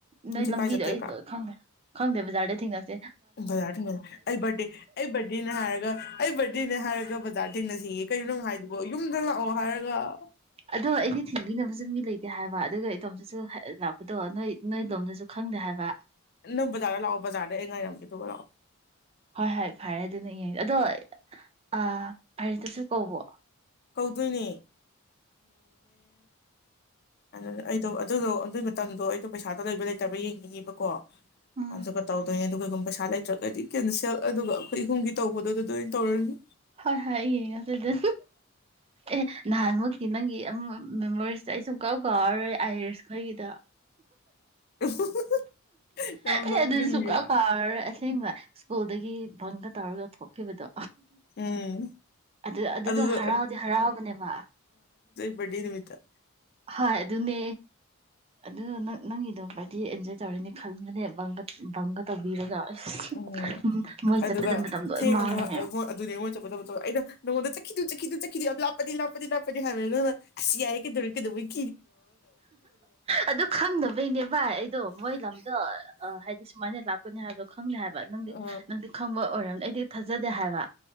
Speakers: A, on the right (about 25°); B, on the left (about 50°).
A: ꯅꯣꯏ
B: ꯑꯗꯨ
A: ꯂꯝꯕꯤꯗꯣ
B: ꯀꯥꯏ ꯆꯠꯇꯣꯏꯕ
A: ꯑꯩ ꯂꯣꯏ ꯈꯪꯗꯦ ꯈꯪꯗꯦ ꯕꯖꯥꯔ ꯊꯦꯡꯉꯁꯦ
B: ꯕꯖꯥꯔ ꯊꯦ ꯑꯩ ꯕꯥꯔꯗꯦ ꯑꯩ ꯕꯥꯔꯊꯗꯦꯅꯦ ꯍꯥꯏꯔꯒ ꯑꯩ ꯕꯥꯔꯊꯗꯦꯅꯦ ꯍꯥꯏꯔꯒ ꯕꯖꯥꯔ ꯊꯦꯡꯅꯁꯤꯌꯦ ꯀꯩꯅꯣꯅꯨꯡ ꯍꯥꯏꯥꯏꯗꯨꯕꯣ ꯌꯨꯝꯗ ꯂꯥꯛꯑꯣ ꯍꯥꯏꯔꯒ
A: ꯑꯗꯣ ꯑꯩꯗꯤ ꯊꯤꯟꯕꯤꯅꯕꯁꯨ ꯃꯤ ꯂꯩꯇꯦ ꯍꯥꯏꯕ ꯑꯗꯨꯒ ꯏꯇꯣꯝꯇꯁꯨ ꯂꯥꯛꯄꯗ ꯅꯣꯏ ꯅꯣꯏ ꯀꯝꯗ ꯁꯨ ꯈꯪꯗꯦ ꯍꯥꯏꯕ
B: ꯅꯪ ꯕꯖꯥꯔꯗ ꯂꯥꯛꯑꯣ ꯕꯖꯥꯔꯗ ꯑꯩ ꯉꯥꯏꯔꯝꯒꯦ ꯑꯗꯨꯒ ꯂꯥꯛꯑꯣ
A: ꯍꯣꯏ ꯍꯣꯏ ꯐꯔꯦ ꯑꯗꯨꯅꯦ ꯌꯦꯡꯒꯦ ꯑꯗꯣ ꯑ ꯑꯔꯤꯠꯇꯁꯨ ꯀꯧꯕꯣ
B: ꯀꯧꯗꯣꯏꯅꯦ ꯑꯗꯨ ꯑꯩꯗꯣ ꯑꯗꯨꯗꯣ ꯑꯗꯨꯒꯤ ꯃꯇꯝꯗꯣ ꯑꯩꯗꯣ ꯄꯩꯁꯥꯗꯣ ꯂꯩꯕ ꯂꯩꯇꯕ ꯌꯦꯡꯅꯤꯡꯉꯤꯕꯀꯣ
A: ꯎꯝ
B: ꯑꯟꯁꯨ ꯀ ꯇꯥꯎꯗꯣ ꯑꯗꯨꯒ ꯀꯩꯒꯨꯝꯕ ꯄꯩꯁꯥ ꯂꯩꯇ꯭ꯔꯒꯗꯤ ꯀꯦꯟ ꯁꯦꯜ ꯑꯗꯨꯒ ꯑꯩꯈꯣꯏ ꯏꯍꯨꯝꯒꯤ ꯇꯧꯕꯗꯣ ꯑꯗꯨ ꯑꯗꯨꯣꯏꯅ ꯇꯧꯔꯅꯤ
A: ꯍꯣꯏ ꯍꯉ ꯑꯗꯨꯗ ꯑꯦ ꯅꯍꯥꯟꯃꯨꯀꯤꯤ ꯅꯪꯒꯤ ꯃꯦꯃꯣꯔꯤꯁꯇ ꯑꯩ ꯁꯨꯝ ꯀꯥꯎ ꯀꯥꯎꯔꯔꯣꯏ ꯑꯥꯏꯔꯤꯁ ꯈꯩꯒꯤꯗ
B: <unintelligible> ꯌꯥꯝ
A: ꯑꯦ
B: ꯅꯣꯛꯅꯤꯡꯉꯦ
A: ꯑꯗꯨꯗꯤ ꯁꯨꯡꯀꯥ ꯀꯥꯔ ꯑꯁꯦꯡꯕ ꯁ꯭ꯀꯨꯜꯗꯒꯤ ꯕꯪꯒ ꯇꯧꯔꯒ ꯊꯣꯛꯈꯤꯕꯗꯣ
B: ꯎꯝ
A: ꯑꯗꯨ ꯑꯗꯨꯗꯣ
B: ꯑꯗꯨꯗ
A: ꯍꯔꯥꯎꯗꯤ ꯍꯔꯥꯎꯕꯅꯦꯕ
B: ꯗꯤ ꯅꯨꯃꯤꯠꯇ
A: ꯍꯥꯏ ꯑꯗꯨꯅꯦ ꯑꯗꯨ ꯅꯪꯒꯤꯗꯣ ꯄꯔꯇꯤ ꯑꯦꯟꯖꯣꯏ ꯇꯧꯔꯅꯦ ꯈꯟꯕꯅꯦ ꯕꯪꯒ ꯕꯪꯒ ꯇꯧꯕꯤꯔꯒ ꯑꯁ
B: ꯎꯝ
A: ꯃꯣꯏ
B: ꯑꯗꯨꯒ
A: ꯆꯠꯄꯗ ꯃꯇꯝ ꯂꯣꯏ
B: ꯊꯦꯡꯉꯒ
A: ꯃꯥꯡꯉꯦ
B: ꯑꯗꯨꯅꯦ ꯑꯩꯉꯣꯏꯗ ꯆꯠꯄꯗꯕ ꯑꯩꯅ ꯅꯪꯉꯣꯟꯗ ꯆꯈꯤꯗꯨ ꯆꯗꯨ ꯂꯥꯛꯄꯗꯤ ꯂꯥꯛꯄꯗꯤ ꯂꯥꯛꯄꯗꯤ ꯍꯥꯟꯅ ꯌꯥꯏꯌꯦ ꯀꯩꯗꯧ ꯀꯩꯗꯧ
A: ꯑꯗꯨ ꯈꯪꯗꯅꯕꯩꯅꯦ ꯚꯥꯏ ꯑꯩꯗꯣ ꯃꯣꯏ ꯂꯝꯗꯣ ꯍꯥꯏꯗꯤ ꯁꯨꯃꯥꯏꯅ ꯂꯥꯛꯀꯅꯤ ꯍꯥꯏꯕ ꯈꯪꯗꯦ ꯍꯥꯏꯕ ꯅꯪꯗꯤ
B: ꯑ
A: ꯅꯪꯗꯤ ꯈꯪꯕ ꯑꯣꯏꯔꯝꯅꯤ ꯑꯩꯗꯤ ꯊꯥꯖꯗꯦ ꯍꯥꯏꯕ